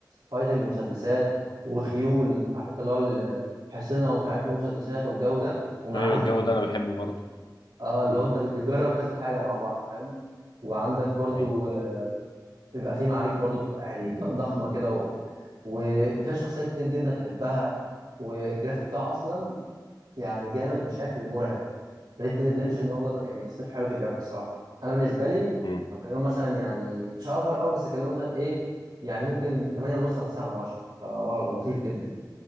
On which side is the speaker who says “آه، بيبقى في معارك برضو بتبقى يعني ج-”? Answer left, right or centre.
Right